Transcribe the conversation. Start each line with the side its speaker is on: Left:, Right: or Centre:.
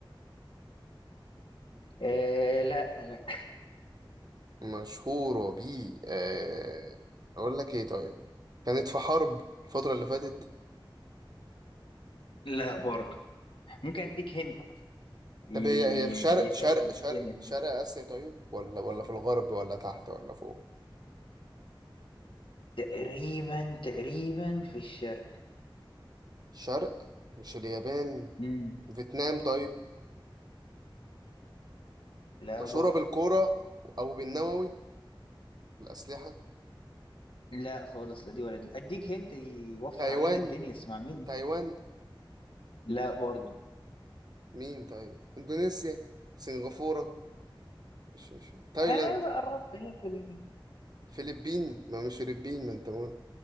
Left: آه لا لا
Right: مشهورة ب آه، أقول لك إيه طيب كانت في حرب الفترة اللي فاتت
Left: لا برضه ممكن أديك هند ي-
Right: طب هي هي في شرق
Left: يسهل
Right: شرق شرق
Left: الدنيا
Right: شرق
Left: شوية.
Right: آسيا طيب ولا ولا في الغرب ولا تحت ولا فوق
Left: تقريبا تقريبا في الشرق
Right: شرق مش اليابان
Left: مم.
Right: فيتنام طيب
Left: لا
Right: مشهورة
Left: برضه
Right: بالكورة أو بالنووي الأسلحة
Left: لا خالص لا دي ولا دي اديك هنت يوفر
Right: تايوان
Left: علينا الدنيا اسمع مني
Right: تايوان
Left: لا برضو
Right: مين طيب إندونيسيا سنغافورة مش مش تايلاند
Left: اه قربت هي في ال...
Right: فلبين ما مش فلبين ما أنت بقول